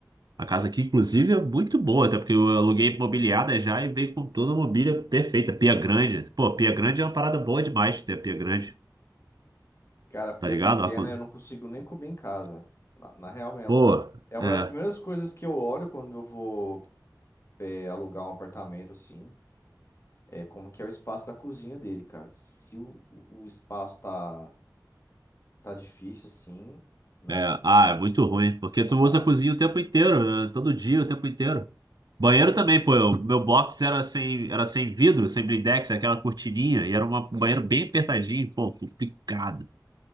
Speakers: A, on the right; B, on the left.
A: A casa aqui, inclusive, é muito boa, até porque eu aluguei mobiliada já e veio com toda a mobília perfeita. Pia grande. Pô, pia grande é uma parada boa demais ter a pia grande,
B: Cara, pia
A: tá ligado?
B: pequena
A: Ar con-
B: eu não consigo nem comer em casa. Na, na real mesmo.
A: Pô,
B: É uma
A: é.
B: das primeiras coisas que eu olho quando eu vou é, alugar um apartamento assim. É como que é o espaço da cozinha dele, cara. Se o, o espaço tá, tá difícil assim, não,
A: É, ah, é muito ruim, porque
B: não
A: tu
B: dá.
A: usa a cozinha o tempo inteiro, né? Todo dia, o tempo inteiro. Banheiro também, pô, o meu box era sem, era sem vidro, sem blindex, aquela cortininha, e era uma- um banheiro bem apertadinho, pô, complicado,